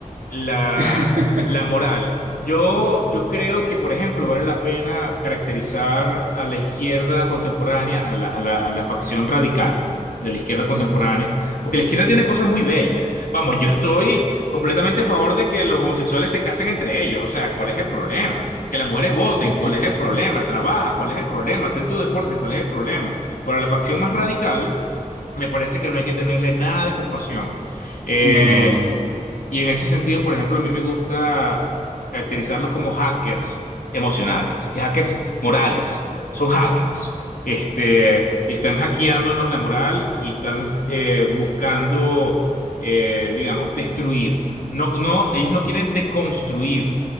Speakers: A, on the left; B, on the right.
A: la,
B: <laughs>
A: la moral. Yo, yo creo que, por ejemplo, vale la pena caracterizar a la izquierda contemporánea, a la, a la, a la facción radical de la izquierda contemporánea,
B: Ujú,
A: porque la izquierda tiene cosas muy bellas. Vamos, yo estoy completamente a favor de que los homosexuales se casen entre ellos, o sea, ¿cuál es el problema? Que las mujeres voten,
B: ujú.
A: ¿cuál es el problema? Trabaja, ¿cuál es el problema? Ten tus deportes, ¿cuál es el problema? Pero la facción más radical, me parece que no hay que tenerle nada de compasión. Eh,
B: No, no, ninguno.
A: y en ese sentido, por ejemplo, a mí me gusta caracterizarlos como hackers emocionales y hackers morales. Son hackers. Este, y están hackeándonos la moral y están eh, buscando, eh, digamos, destruir. No, no, ellos no quieren deconstruir.